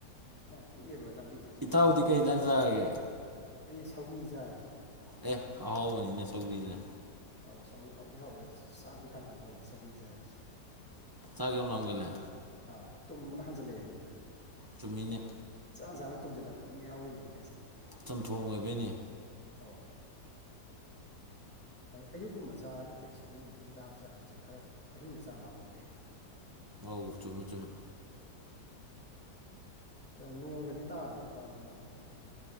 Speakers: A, in the centre; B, on the right.
A: ꯌꯥꯝ ꯄꯤꯛꯑꯦꯕ ꯂꯝꯕꯤꯁꯦ ꯍꯧꯖꯤꯛꯀꯥꯟꯗ
B: ꯏꯇꯥꯎꯗꯤ ꯀꯩ ꯏꯟꯖꯥꯡ ꯆꯥꯔꯒꯦ
A: ꯑꯩ ꯁꯧꯒ꯭ꯔꯤ ꯆꯥꯔꯦ
B: ꯑꯦ ꯑꯍꯥꯎꯕꯅꯤꯅꯦ ꯁꯧ꯭ꯒꯔꯤꯁꯦ
A: ꯑꯧ ꯁꯧꯒꯔꯤ ꯍꯥꯎꯗꯤ ꯍꯥꯎꯋꯤꯗ ꯆꯥꯛꯗꯤ ꯈꯔ ꯂꯝꯒꯜꯂꯤ ꯁꯧꯒꯔꯤ ꯆꯥꯕꯁꯦ
B: ꯆꯥꯛ ꯌꯥꯝ ꯂꯥꯝꯒꯜꯂꯦ
A: ꯑ ꯇꯨꯝꯕꯅ ꯍꯟꯖꯤꯜꯂꯛꯑꯦꯕ ꯍꯦꯛꯗ
B: ꯆꯨꯝꯃꯤꯅꯦ
A: ꯆꯥꯅ ꯆꯥꯅ ꯇꯨꯝꯁꯤꯜꯂꯛꯄ ꯑꯃ ꯌꯥꯎꯔꯤꯕ ꯃꯥꯏꯁꯦ
B: ꯆꯝꯊꯣꯡ ꯑꯣꯏꯕꯩꯅꯤ
A: ꯑꯧ ꯑꯌꯨꯛꯀꯨꯝꯕ ꯆꯔꯒ ꯐꯩ ꯁꯧꯒ꯭ꯔꯤꯒꯨꯝꯕꯁꯤ ꯅꯨꯡꯗꯥꯡ ꯆꯥꯕꯁꯦ ꯈꯔ ꯑꯍꯤꯡꯗ ꯆꯥꯛ ꯂꯥꯝꯒꯜꯂꯦ ꯍꯦꯛꯇ
B: ꯑꯥꯎ ꯆꯨꯝꯃꯦ ꯆꯨꯝꯃꯦ
A: ꯅꯣꯡꯒꯗꯤ ꯇꯥꯕ꯭ꯔꯣ ꯏꯇꯥꯎ ꯍꯣꯏ ꯂꯝꯁꯦ ꯍꯧꯖꯤꯛ